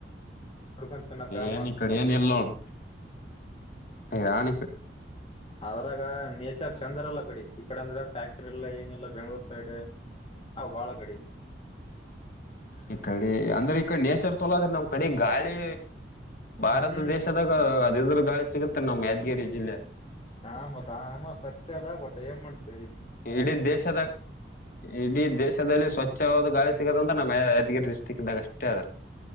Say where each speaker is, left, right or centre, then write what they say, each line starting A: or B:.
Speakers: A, on the left; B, on the left.
A: ತಡ್ಕೊ ಚನ್ನಕ್ಕ
B: ಏನ್
A: ಮಾಡ
B: ಈ ಕಡೆ ಏನ್ ಇಲ್ ನೋಡ್ ರಾಣಿ
A: ಆದ್ರಾಗ ಚಾರ್ ಚಂದರಲ್ಲ ಕಡೆ ಈ ಕಡೆ ಅಂದ್ರೆ ಫ್ಯಾಕ್ಟ್ರಿ ಎಲ್ಲ ಏನಿಲ್ಲ ಬೆಂಗ್ಳೂರ್ ಸೈಡ್ ಹಾ ಬಾಳ ಕಡೆ
B: ಈ ಕಡೆ ಅಂದ್ರೆ ಈ ಕಡೆ ನೇಚರ್ ಚಲೋ ಅದ್ರೀ ನಮ್ ಕಡೆ ಗಾಳಿ ಭಾರತ
A: ಹ್ಮ್
B: ದೇಶದಾಗ ಅದದ್ರ ಗಾಳಿ ಸಿಗುತ್ತೆ ನಮ್ ಯಾದಗಿರಿ ಜಿಲ್ಲೆ
A: ಹಾ ಮತ್ಮ್ಮ ಸ್ವಚ್ಛ ಅದ ಆಬಟ್ಟೆ ಏನ್ ಮಾಡ್ತ
B: ಇಡೀ ದೇಶದ ಇಡೀ ದೇಶದಲ್ಲಿ ಸ್ವಚ್ಛ ಹೆಚ್ಚವಾದ ಗಳಿ ಸಿಗದ ಅಂತ ನಮ್ಮ ಯದಗರಿ ಡಿಸ್ಟ್ರಿಕ್ ಇದ್ದಾಗ ಅಷ್ಟೇ ಆದದೆ